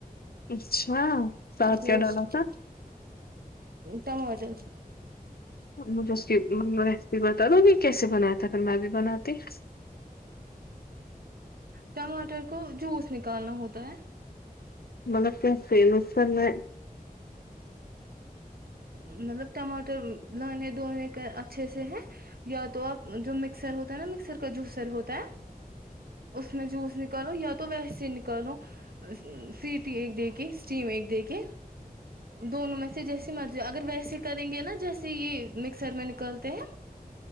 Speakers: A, on the left; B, on the right.
A: اچھا ساتھ
B: گوشت
A: کیا ڈالا تھا
B: ٹماٹر
A: مجھے اس کی ریسیپی بتا دو گی کیسے بنایا تھا پھر میں بھی بناتی ہ
B: ٹماٹر کو جوس نکالنا ہوتا ہے
A: ملرک فیمس سر میں
B: مطلب ٹماٹر لانے دھونے کا اچھے سے ہے یا تو آپ جو میں مکسر ہوتا ہے نا مکسر کا جووسر ہوتا ہے اس میں جوس نکالو یا تو ویسے ہی نکالو سیٹی ایک دیکھ اسٹیم ایک دیک کے دونوں میں سے جیسی مرضی اگر ویسے کریں گے نا جیسے یہ مکسر میں نکل ہیں